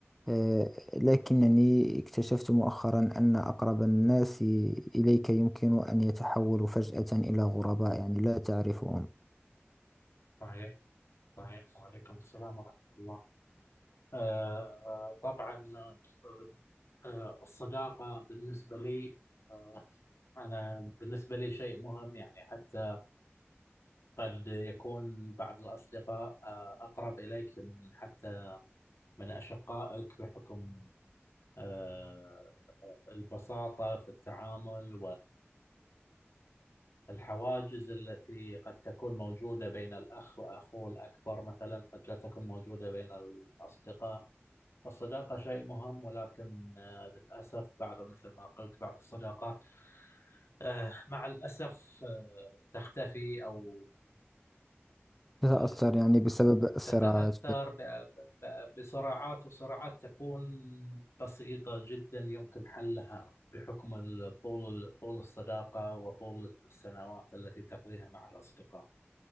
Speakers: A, in the centre; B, on the left.
A: آه، لكنني اكتشفت مؤخرا أن أقرب الناس إليك يمكن أن يتحولوا فجأة إلى غرباء يعني لا تعرفهم
B: صحيح صحيح وعليكم السلام ورحمة الله آه آه، طبعا آه آه، الصداقة بالنسبة لي آه أنا بالنسبة لي شيء مهم يعني حتى قد يكون بعض الأصدقاء آه أقرب إليك من حتى من أشقائك بحكم آه البساطة في التعامل والحواجز التي قد تكون موجودة بين الأخ وأخوه الأكبر مثلا قد لا تكون موجودة بين الأصدقاء الصداقة شيء مهم ولكن آه، للأسف بعض مثل ما قلت بعض الصداقات آه، مع الأسف آه، تختفي أو
A: تتأثر
B: آه،
A: يعني بسبب الصراعات
B: تتأثر ب- ب- بصراعات وصراعات تكون بسيطة جدا يمكن حلها بحكم ال- طول طول الصداقة وطول السنوات التي تقضيها مع الأصدقاء.